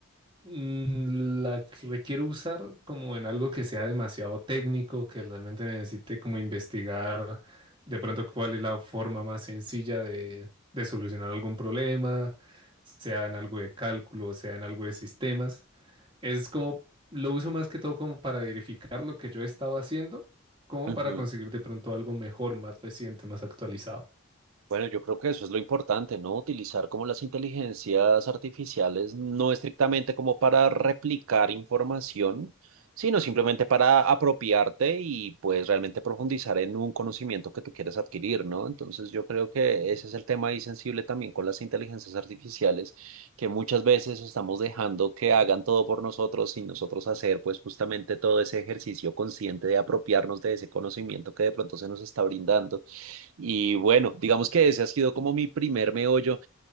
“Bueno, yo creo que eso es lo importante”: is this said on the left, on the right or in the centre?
Right